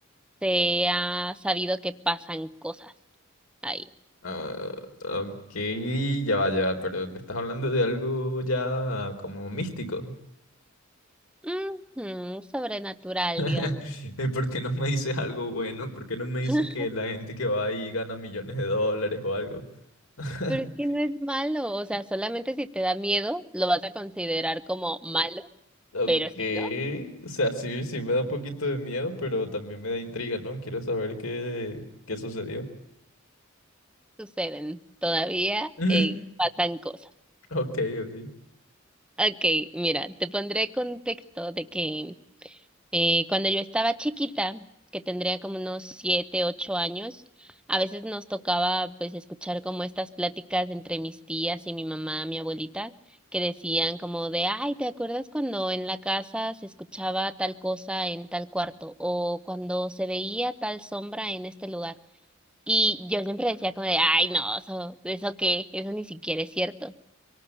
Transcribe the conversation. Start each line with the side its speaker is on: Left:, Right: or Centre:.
Centre: se ha sabido que pasan cosas ahí.
Left: Ah, ok, ya va, ya va, pero me estás hablando de algo ya como místico.
Centre: Ujú, sobrenatural,
Left: <laughs>
Centre: digamos.
Left: Eh, ¿Por qué no me dices algo bueno? ¿Por qué no me dices
Centre: <laughs>
Left: que la gente que va ahí gana millones de dólares o algo? <laughs>
Centre: Pero es que no es malo, o sea, solamente si te da miedo lo vas a considerar como malo,
Left: Ok,
Centre: pero si no,
Left: o sea, sí, sí me da un poquito de miedo, pero también me da intriga, ¿no? Quiero saber qué, qué sucedió.
Centre: suceden. Todavía
Left: <laughs>
Centre: eh, pasan cosas.
Left: Ok, ok.
Centre: Ok, mira, te pondré contexto de que eh, cuando yo estaba chiquita, que tendría como unos siete, ocho años, a veces nos tocaba pues escuchar como estas pláticas entre mis tías y mi mamá, mi abuelita, que decían como de, ay, ¿te acuerdas cuando en la casa se escuchaba tal cosa en tal cuarto o cuando se veía tal sombra en este lugar? Y yo siempre decía como de, ay, no, eso, eso qué, eso ni siquiera es cierto.